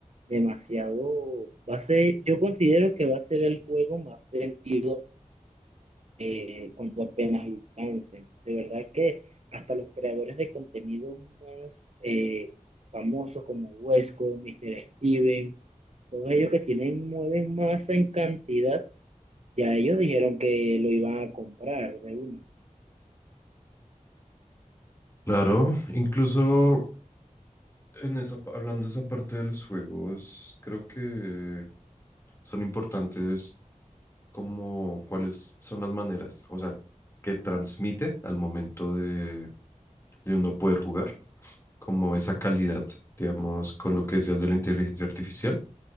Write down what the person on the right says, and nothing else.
demasiado... Va a ser, yo considero que va a ser el juego más vendido eh, cuando apenas lo lancen. De verdad que hasta los creadores de contenido más eh, famosos como Huesco, Mr. Steven, todos ellos que tienen, mueven masa en cantidad, ya ellos dijeron que lo iban a comprar de una.